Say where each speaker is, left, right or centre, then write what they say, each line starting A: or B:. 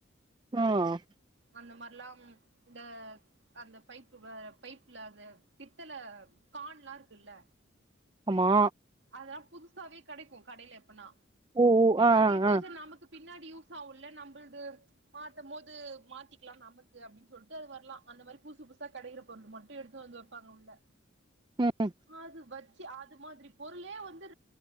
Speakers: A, on the right; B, on the right.
A: ம்
B: அந்த மாரிலாம் இந்த அந்த பைப்பு பைப்புல அந்த பித்தல கான்லாம் இருக்குல்ல
A: ஆமா
B: அதலாம் புதுசாவே கெடைக்கும் கடையில எடுத்தோனா
A: ஓ ஓ ஆ
B: அது
A: ஆ
B: எடுத்து
A: ஆ
B: வச்சா நமக்கு பின்னாடி யூஸ் ஆகும்ல நம்புளுது மாத்தும் போது மாத்திக்கலாம் நமக்கு அப்டின்னு சொல்லிட்டு அது வரலாம் அந்த மாதிரி புதுசு புதுசா கெடைக்கிற பொருள் மட்டும் எடுத்து வந்து பாப்பாங்க உள்ள
A: ம்
B: அது வச்சு அது மாதிரி பொருளே வந்து